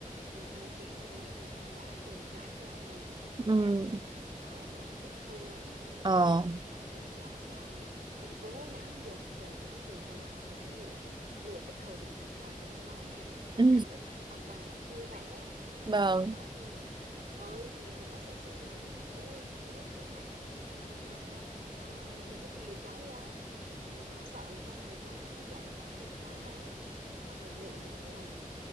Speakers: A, on the right; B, on the right.
A: người ta kiểu người ta nghĩ người ta đã từng trải qua nhiều và người ta sẽ
B: Ừ.
A: khó mà tiếp thu lắm cho nên
B: Ờ,
A: khi mà em nói chuyện với ông bà á, em cố gắng dùng từ ngữ phù hợp hoặc là em lựa lựa cái thời điểm thích hợp để em nói nha chẳng
B: ừ,
A: hạn lúc ông bà đang vui vẻ thì
B: vâng.
A: mình chỉ nói kêu là ừ thì mình chỉ nói sơ sơ là ôi bố bố mẹ đừng có cho cháu ờ, đừng có chiều cháu quá Ừ, con sợ là sau này con không có dạy bảo được cháu đấy hoặc, hoặc là lựa những cái lời